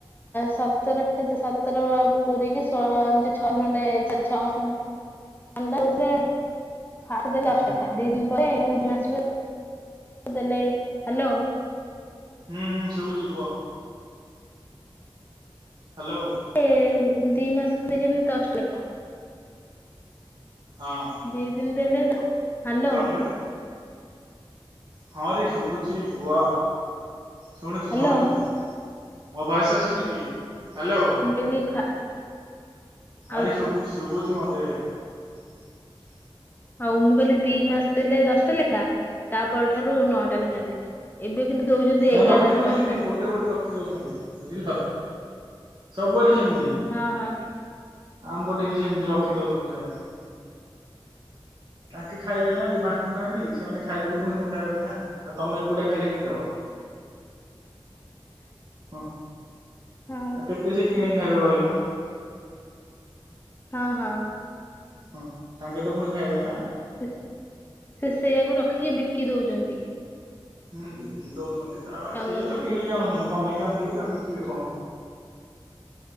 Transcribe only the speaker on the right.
ହୁଁ
ହୁଁ ହୁଁ ସବୁଛି କୁଅ। ହାଲୋ।
ହଁ
ତାପରେ ହଁ ରେ ଶୁଭୁଛି। କୁହ। ଶୁଣୁଛି
ଶୁଣୁଛି। ମୋ ଭଏସ ଆସୁନ କି। ହ୍ୟାଲୋ।
ଆରେ ଶୁଭୁ ଶୁଭୁଛି ମତେ ତେ
ଏରା ରଖି
ଦଉଛନ୍ତି
ଗୋଟେ ଗୋଟେ ରଖି ଦଉଛନ୍ତି ବୁଝିଲ ସବୁଆଡେ ସେମିତି।
ଆମ୍ବଟେ ବି ସେମିତି ରଖି ଦଉଛନ୍ତି ସେମାନେ। ତାଙ୍କେ ଖାଇବେ ନା ଯୋଉ ବାଣ୍ଟୁ ନାହାନ୍ତି ସେମାନେ ଖାଇକି ତ ପୁଣି ମୋଟ ହେବେ ନା। ଆଉ ତମେ ଏକୁଟିଆ ଖାଇଲେ କିଁତି ହବ! ହଁ
ଆଉ କେତେ ସେ କିଣି ହେବେ କହିଲ।
ହଁ ତାଙ୍କେ ତ ପୁଣି ଖାଇବେ ନା।
ହୁଁ ବିକି ଦଉଛନ୍ତି। ତା ବାଦ ସେଏତ
କିଣିକି
ଆଣୁଛନ୍ତି। କମେଇକି ଆଣୁଥିବେ ଆଉ ବିକିବେ କଣ?